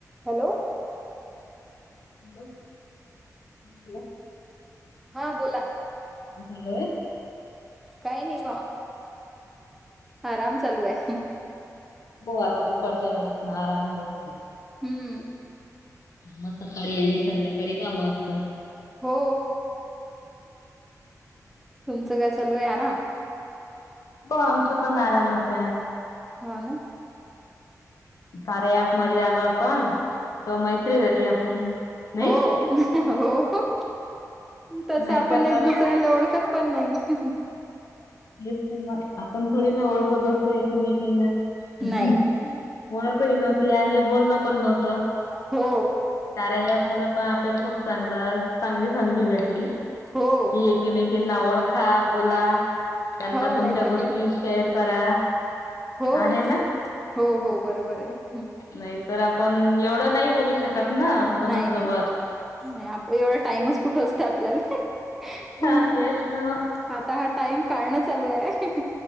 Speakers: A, in the centre; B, on the left.
A: Hello.
B: Hello hello.
A: हा बोला.
B: काय चालू ए?
A: काही नाही बा... आराम चालू हाय.
B: हो आता दुपारच्या वेळेस ना आरामच असतो.
A: हम्म.
B: मग सकाळी आणि संध्याकाळी कामं असतात.
A: हो. तुमचं काय चालू आहे आराम?
B: हो आमच पण आरामच आहे.
A: हा ना.
B: कार्या ऍप मध्ये आलो आपण त मैत्री झाली आपली. नाही
A: हो हो. तसं
B: नाही
A: आपण
B: तर
A: एक
B: तर
A: दुसऱ्यांना ओळखत पन नाहीं.
B: ते तर मग आपण थोडी ना ओळखत असतो एक एकीमेकींना..
A: नाही
B: ह.. ओळखही नव्हती आणि बोलणं पण नव्हतं.
A: हो
B: कार्या ॲपमुळे पण आपल्याला खूप चांगलं चांगली संधी भेटली.
A: हो
B: की एकीमेकींना ओळख खा बोला त्यांना
A: हो
B: तुमच्या
A: नाही तर
B: गोष्टी
A: काय
B: शेअर करा.
A: हो
B: आहे ना
A: हो हो बरोबर आहे
B: नाही. तर आपण एवढं नाही बोलू शकत ना कोणासोबत.
A: नाही नाही नाही आप एवढा टाइमच कुठं असतो? आपल्याला ह्
B: हा तेच ना
A: आता हा टाइम काढणं चालू ए..